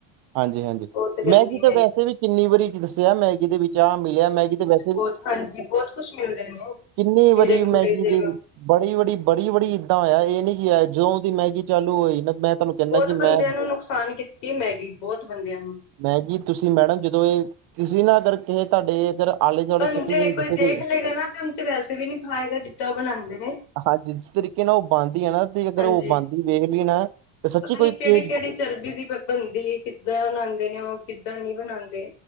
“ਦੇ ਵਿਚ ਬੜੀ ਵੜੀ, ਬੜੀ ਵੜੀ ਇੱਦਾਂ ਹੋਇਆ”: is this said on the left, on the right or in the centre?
Right